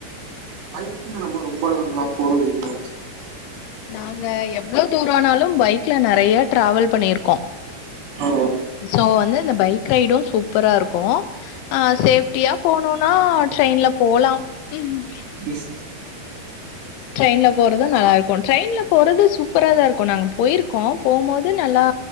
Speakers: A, on the right; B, on the left.
A: பைக்கில நம்ம ரொம்ப லாங்ல்லா போறதில்ல
B: நாங்க எவ்ளோ தூரனாலு பைக்ல நெறைய டிராவல் பண்ணி இருக்கோ
A: ஓ
B: சோ வந்து இந்த பைக் ரைட்டு சூப்பரா இருக்கு ஆ சேஃப்டியா போனுன்னா ட்ரெயின்ல போலா ம்
A: ஸ்
B: ட்ரெயின்ல போறது நல்லா இருக்கு ட்ரெயின்ல போறது சூப்பரா தா இருக்கு நாங்க போயிருக்கோ போம்போது ந்து நல்லா